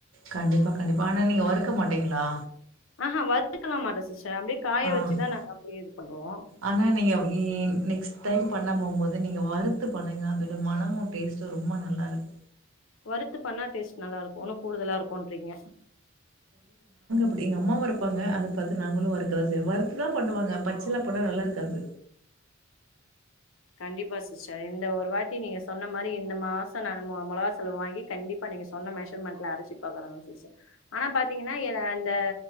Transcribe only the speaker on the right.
கண்டிப்பா கண்டிப்பா ஆனா நீங்க வறுக்க மாட்டீங்ளா
ஆஹா
ஆனா நீங்க இ நெக்ஸ்ட் டைம் பண்ண போம்போது நீங்க வறுத்து பண்ணுங்க அதோட மனமு டேஸ்ட்டு ரொம்ப நல்லாருக்கு
இப்டி எங்கம்மாவு வறுப்பாங்க அத பாத்து நாங்களு வறுக்கதா செய் வறுத்து தா பண்ணுவாங்க பச்சலா
பண்ணா நல்லாருக்காது